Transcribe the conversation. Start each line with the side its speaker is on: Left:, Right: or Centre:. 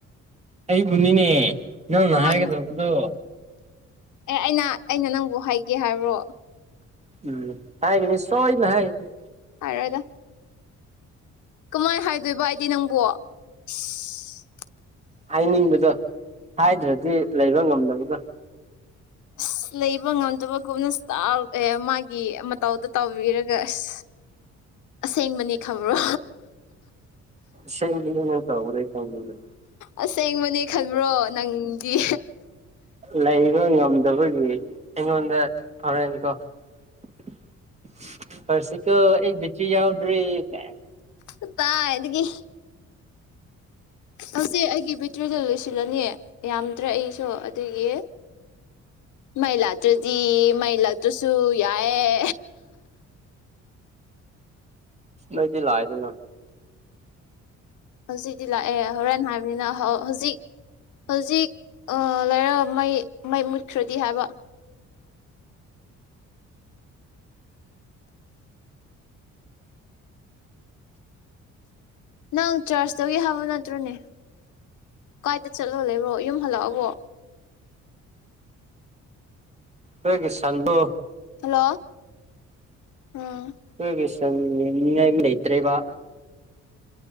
Right: ꯑꯩꯏ ꯕꯨꯅꯤꯅꯦ ꯅꯪꯅ
Left: ꯀꯃꯥꯏꯅ
Right: ꯍꯥꯒꯗꯕꯗꯨ
Left: ꯑꯦ ꯑꯩꯅ ꯑꯩꯅ ꯅꯪꯕꯨ ꯍꯥꯏꯒꯦ ꯍꯥꯏꯕ꯭ꯔꯣ
Right: ꯎꯝ ꯍꯥꯏꯒꯅꯤ ꯁꫭꯏꯗꯅ ꯍꯥꯏꯒꯅꯤ
Left: ꯍꯥꯏꯔꯒ ꯀꯃꯥꯏ ꯍꯥꯏꯗꯣꯏꯕ ꯑꯩꯗꯤ ꯅꯪꯕꯨ ꯏꯁ
Right: ꯍꯥꯏꯅꯤꯡꯕꯗꯣ ꯍꯥꯏꯗ꯭ꯔꯗꯤ ꯂꯩꯕ ꯉꯝꯗꯕꯗꫭ <inaudible>
Left: ꯑꯁ ꯂꯩꯕ ꯉꯝꯗꯕꯒꯨꯝꯅ ꯁꯇꯥꯜ ꯑꯦ ꯃꯥꯒꯤ ꯃꯇꯧꯗ ꯇꯥꯎꯕꯤꯔꯒ ꯑꯁ ꯑꯁꯦꯡꯕꯅꯤ ꯈꯕ꯭ꯔꯣ
Right: ꯁꯦꯜꯒꯤꯗꯨꯅ ꯇꯧꯕꯗꯩ ꯗꯪꯕꯅꯦ
Left: ꯑꯁꯦꯡꯕꯅꯦ ꯈꯟꯕ꯭ꯔꯣ ꯅꯪꯗꯤ
Right: ꯂꯩꯕ ꯉꯝ ꯗꯕꯒꯤ ꯑꯩꯉꫭꯟꯗ <unintelligible> ꯐꯔꯁꯤꯀꫭ ꯑꯩ ꯕꯤꯇ꯭ꯔꯤ ꯌꯥꯎꯗ꯭ꯔꯦ ꯀꯥꯏ
Left: ꯀꯗꯥꯏꯗꯒꯤ ꯍꯧꯖꯤꯛ ꯑꯩꯒꯤ ꯕꯦꯇ꯭ꯔꯤꯗꯨ ꯂꯣꯏꯁꯤꯜꯂꯅꯤ ꯌꯥꯝꯗ꯭ꯔꯦ ꯑꯩꯁꯨ ꯑꯗꯨꯒꯤ
Right: <inaudible>
Left: ꯃꯩ ꯂꯥꯛꯇ꯭ꯔꯗꯤ ꯃꯩ ꯂꯥꯛꯇ꯭ꯔꯁꯨ ꯌꯥꯏꯌꯦ
Right: ꯃꯩꯗꯤ ꯂꯥꯛꯑꯦꯗꯅ
Left: ꯍꯧꯖꯤꯛꯇꯤ ꯂꯥꯛꯑꯦ ꯍꯣꯔꯦꯟ ꯍꯥꯏꯕꯅꯤꯅ ꯍꯧ ꯍꯧꯖꯤꯛ ꯍꯧꯖꯤꯛ ꯑ ꯂꯩꯔꯒ ꯃꯩ ꯃꯩ ꯃꯨꯠꯈ꯭ꯔꯗꯤ ꯍꯥꯏꯕ ꯅꯪ ꯆꯔꯆꯇꯒꯤ ꯍꯥꯞꯕ ꯅꯠꯇ꯭ꯔꯣꯅꯦ ꯀꯥꯏꯗ ꯆꯠꯂ ꯂꯩꯕ꯭ꯔꯣ ꯌꯨꯝ ꯍꯜꯂꯛꯑꯕꯣ
Right: ꯍꯣꯏꯒꯤ ꯁꯟꯗꯣ
Left: ꯍꯂꯣ ꯎꯝ
Right: ꯍꯣꯏꯒꯤ ꯁꯟ ꯌꯦꯡꯕꯤꯅꯤꯉꯥꯏ ꯃꯤ ꯂꯩꯇ꯭ꯔꯦꯕ